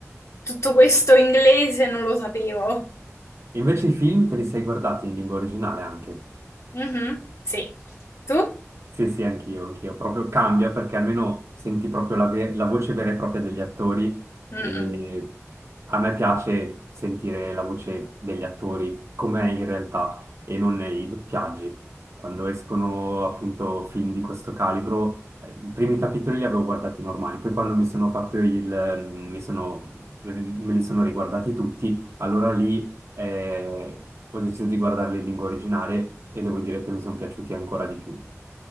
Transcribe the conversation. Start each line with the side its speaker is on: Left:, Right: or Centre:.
Left: tutto questo inglese non lo sapevo.
Right: invece i film te li sei guardati in lingua originale anche?
Left: Mhm, sì. Tu?
Right: Sì, sì, anch'io, anch'io. Proprio cambia perché almeno senti proprio la, ve- la voce vera e propria degli attori
Left: Mm-mm.
Right: e a me piace sentire la voce degli attori com'è in realtà e non i doppiaggi. Quando escono appunto film di questo calibro, eh, i primi capitoli li avevo guardati normali, poi quando mi sono fatto il... mm, mi sono, me li sono riguardati tutti, allora lì eh, ho deciso di guardarli in lingua originale e devo dire che mi sono piaciuti ancora di più.